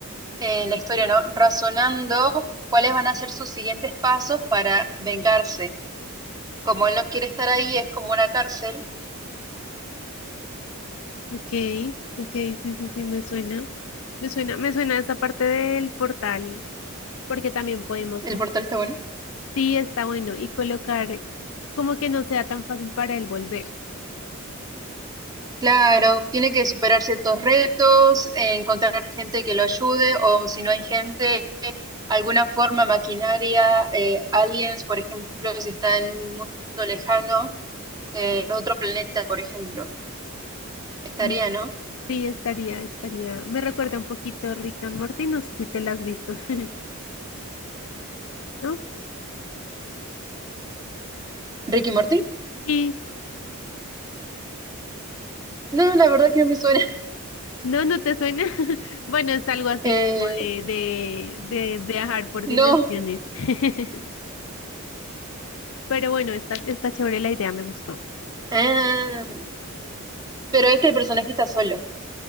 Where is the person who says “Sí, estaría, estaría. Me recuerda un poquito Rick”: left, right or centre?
Left